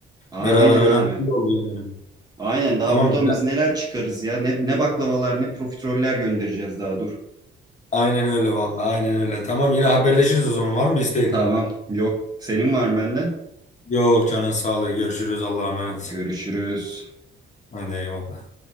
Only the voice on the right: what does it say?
Aa,
Aynen
abi.
Aynen daha
buradan
biz neler çıkarız ya. Ne, ne baklavalar ne profiteroller göndereceğiz daha dur.
Tamam yok. Senin var mı benden?
Görüşürüz.